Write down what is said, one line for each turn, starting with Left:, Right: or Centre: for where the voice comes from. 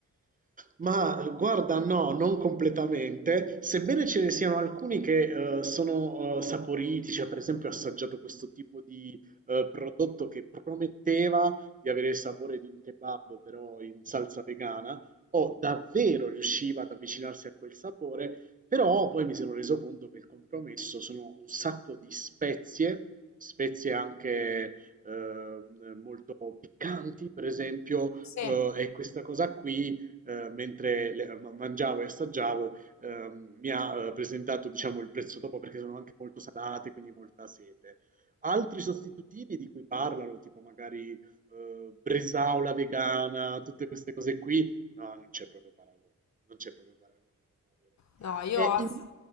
Right: Ma guarda, no, non completamente, sebbene ce ne siano alcuni che eh, sono eh, saporiti, cioè per esempio ho assaggiato questo tipo di eh, prodotto che prometteva di avere il sapore di un kebab, però in salsa vegana, o davvero riusciva ad avvicinarsi a quel sapore, però poi mi sono reso conto che il compromesso sono un sacco di spezie, spezie anche ehm, molto piccanti, per esempio,
Left: Sì.
Right: eh, e questa cosa qui eh, mentre le- mangiavo e assaggiavo, ehm, mi ha eh, presentato, diciamo, il prezzo dopo perché sono anche molto salate, quindi molta sete. Altri sostitutivi di cui parlano, tipo magari eh, bresaola vegana, tutte queste cose qui, no, non c'è proprio paragone, non c'è proprio paragone, a mio parere.
Left: No, io
Right: E
Left: ho, ass-
Right: in-